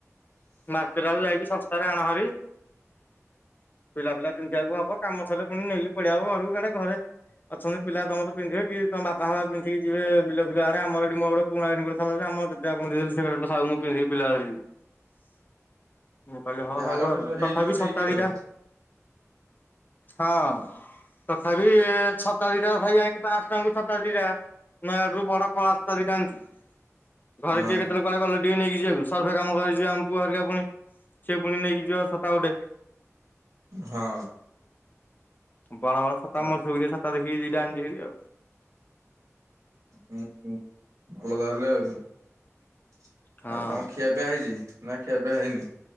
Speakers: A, on the left (about 35°); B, on the right (about 80°).
A: ମାର୍କେଟ ଆଡୁ ଯାଇକି ସସ୍ତାରେ ଆଣହାରି। ପିଲା ପିଲା ପିନ୍ଧିବାକୁ ହବ କାମ ସରିଲେ ପୁଣି ନେଇକି ପଳିଆବ ଘରକୁ ଆଡେ ଘରେ ଅଛନ୍ତି ପିଲା ତମର ପିନ୍ଧିବେ କି ତମ ବାପା ଫାପା ପିନ୍ଧିକି ଯିବେ ବିଲ ଫିଲ ଆଡେ ଆମର ଏଠି ମୋର ପୁରୁଣା ସାର୍ଟ ପ୍ୟାଣ୍ଟ୍ ଥିଲା ଯେ ଆମର <unintelligible> ବାପା ଙ୍କୁ ଦେଇଦେଲି ସେ କହିଲେ ଏଇଟା ଥାଉ ମୁଁ ପନ୍ଧିକି ବିଲ ଆଡ଼େ ଯିବି। ମୁଁ କହିଲି ହଁ
B: ଯାହାହେଲେ
A: ହଉ ଆଉ,
B: ଗୋଟେ ହେଇଯିବ
A: ତଥାପି
B: ଠିକ୍
A: ଛତାଦିଟା,
B: ଆଉ
A: ହଁ। ତଥାପି ଛତା ଦିଟା ତଥାପି ଆଇଂଲି ପାଁଶହ ଟଙ୍କାକୁ ଛତା ଦିଟା। ନୟାଗଡ଼ ରୁ ବଡ କଳା ଛତା ଦିଟା ଆଣିଛି। ଘରେ
B: ହଁ
A: କିଏ କେତେବେଳେ କୁଆଡେ ଗଲେ ଟିକେ ନେଇକି ଯିବାକୁ ସର୍ଭେ କାମ କରିି ଯିବେ ଆମ ପୁଅ ହେରିକା ପୁଣି। ସିଏ ପୁଣି ନେଇକି ଯିବ ଛତା ଗୋଟେ।
B: ହଁ।
A: ବଡ ବଡ ଛତା
B: ତାହେଲେ
A: ମଜବୁତିଆ ଛତା ଦେଖିକି ଦିଟା ଆଣିଛି ହେରି ଆଉ।
B: ହୁଁ ହୁଁ ଭଲ ତାହେଲେ ଆଉ। ଆଉ
A: ହଁ।
B: କଣ ଖିଆପିଆ ହେଇଛି ନା ଖିଆପିଆ ହେଇନି?